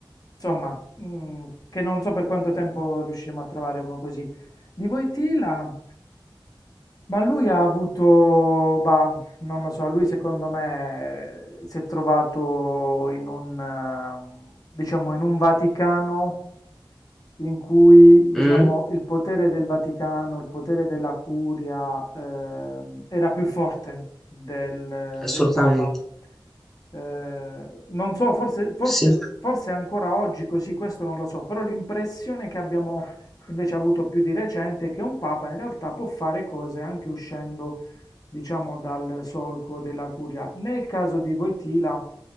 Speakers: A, on the left; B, in the centre.
A: insomma, mm, che non so per quanto tempo riusciremo a trovare uno così. Di Voitila, ma lui ha avuto, bah, non lo so, lui secondo me eh, si è trovato in un, ehm, diciamo, in un Vaticano in cui, diciamo,
B: Mm?
A: il potere del Vaticano, il potere della Curia, ehm, era più forte del,
B: Assolutamente,
A: del Papa. Eh, non so, forse, forse,
B: sì.
A: forse ancora oggi così, questo non lo so, però l'impressione che abbiamo invece avuto più di recente è che un Papa in realtà può fare cose anche uscendo diciamo, dal solco della curia. Nel caso di Wojtyla,